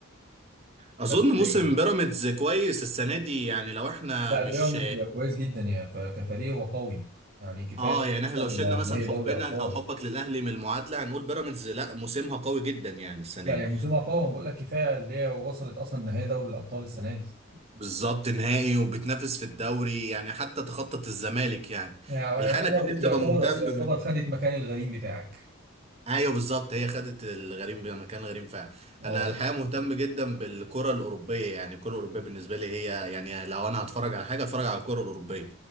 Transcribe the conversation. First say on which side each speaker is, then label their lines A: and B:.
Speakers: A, on the right; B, on the right.
A: اظن
B: بكتيريا
A: موسم بيراميدز كويس السنه دي يعني لو احنا
B: لا
A: مش
B: بيراميدز كويس جدا يا ف- كفريق هو قوي يعني كفايه
A: اه
B: اللي
A: يعني احنا
B: وصل
A: لو شلنا مثلا
B: نهائي
A: حبنا
B: دوري ابطال
A: او حبك للاهلي من المعادله هنقول بيراميدز لا موسمها قوي جدا يعني السنه
B: لا هي
A: دي
B: موسمها قوي أنا بقول لك كفايه اللي هي وصلت اصلا نهائي دوري الابطال السنه دي
A: بالظبط نهائي وبتنافس في الدوري يعني حتى تخطط الزمالك يعني
B: يعني
A: الحقيقه
B: يعتبر
A: أنا كان نفسي
B: يعتبر
A: ابقى مهتم
B: يعتبر خدت مكان الغريم بتاعك
A: ايوه بالظبط هي خدت الغريم بمكان غريم فعلا
B: اه
A: انا الحقيقه مهتم جدا بالكره الاوروبيه يعني الكره الاوروبيه بالنسبه لي هي يعني لو انا هتفرج على حاجه اتفرج على الكره الاوروبيه